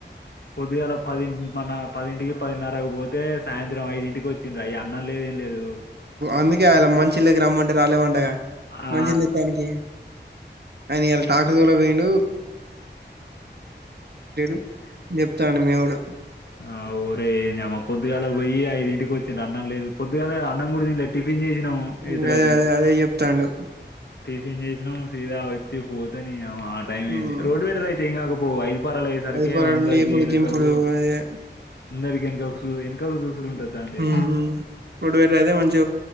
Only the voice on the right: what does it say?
అందుకే ఆయన మంచిళ్ళకి రమ్మంటే రాలే వండగా
మంచిది తెత్తానికి అయన ఇయలా ట్రాక్టర్ తోలేకి పోయిండు <unintelligible> చెప్తాండు మేముడు
ఇంగ
అదే అదే అదే చెప్తాండు
ఉమ్
అది పరడు
లేపుడు
దింపుడు అదే
ఉమ్ ఇప్పుడు వీళ్ళు అదే మంచి